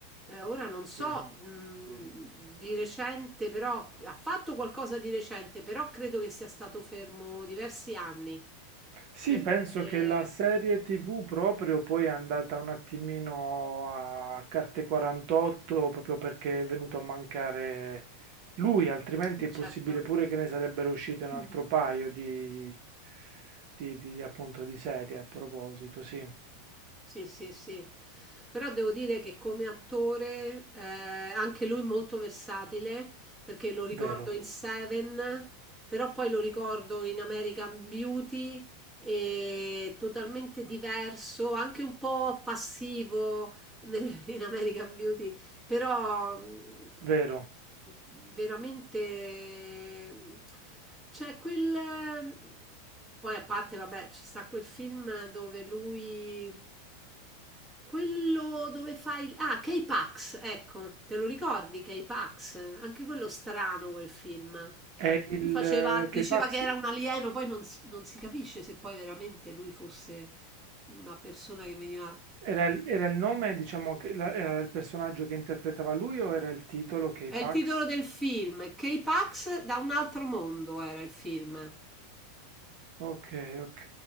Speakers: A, in the centre; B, on the right.
A: eh, ora non so,
B: Sì,
A: Mm.
B: sì.
A: mh, di recente, però ha fatto qualcosa di recente, però credo che sia stato fermo diversi anni
B: Sì,
A: per
B: penso
A: quelle...
B: che la serie TV proprio poi è andata un attimino a carte 48 proprio perché è venuto a mancare lui, altrimenti
A: eh,
B: è
A: certo.
B: possibile pure che ne sarebbero uscite un
A: <clears throat>
B: altro paio di, di, di, appunto di serie a proposito, sì,
A: Sì, sì, sì. Però devo dire che come attore, eh, anche lui molto versatile, perché lo ricordo
B: vero,
A: in Seven, però poi lo ricordo in American Beauty, e totalmente diverso, anche un po' passivo nel- in American Beauty, però mh,
B: vero.
A: veramente mh, c'è quel poi a parte, vabbè, ci sta quel film dove lui quello dove fa il ah, K-Pax, ecco, te lo ricordi K-Pax? Anche quello strano quel film.
B: È
A: Lui
B: il
A: faceva,
B: eh,
A: diceva
B: K-Pax
A: che era un alieno, poi non, s- non si capisce se poi veramente lui fosse una persona che veniva
B: era il era il nome, diciamo, che la- era il personaggio che interpretava lui o era il titolo K-Pax?
A: È il titolo del film, K-Pax da un altro mondo era il film.
B: Ok, ok.